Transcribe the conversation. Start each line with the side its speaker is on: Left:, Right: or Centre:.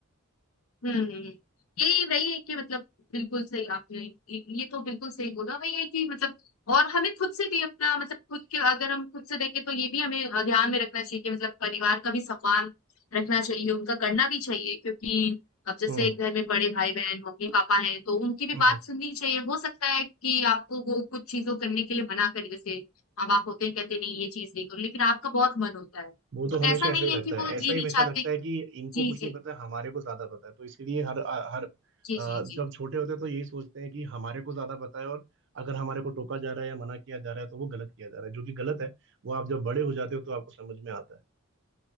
Left: हम्म ये वही है कि मतलब बिल्कुल सही आपने ये ये तो बिल्कुल सही बोला वही है कि मतलब और हमें खुद से भी अपना मतलब खुद के अगर हम खुद से देखें तो ये भी हमें अ, ध्यान में रखना चाहिए कि मतलब परिवार का भी सम्मान रखना चाहिए उनका करना भी चाहिए क्योंकि अब जैसे
Right: हम्म
Left: घर में बड़े भाई बहन मम्मी पापा हैं तो उनकी भी
Right: हम्म
Left: बात सुननी चाहिए हो सकता है कि आपको वो कुछ चीजों करने के लिए मना करे जैसे अब आप होते हैं कहते हैं, नहीं ये चीज नहीं करो लेकिन आपका बहुत मन होता है
Right: वो तो
Left: तो
Right: हमेशा
Left: ऐसा
Right: ऐसा
Left: नहीं
Right: ही
Left: है
Right: लगता
Left: कि वो
Right: है
Left: ये
Right: ऐसा ही
Left: नहीं
Right: हमेशा
Left: चाहते
Right: लगता है कि इनको
Left: जी
Right: कुछ
Left: जी
Right: नहीं पता हमारे को ज्यादा पता है तो इसलिए हर हर अ,
Left: जी जी जी
Right: जब छोटे होते हैं तो यही सोचते हैं कि हमारे को ज्यादा पता है और अगर हमारे को टोका जा रहा है या मना किया जा रहा है तो वो गलत किया जा रहा है जो कि गलत है वो आप जब बड़े हो जाते हो तो आपको समझ में आता है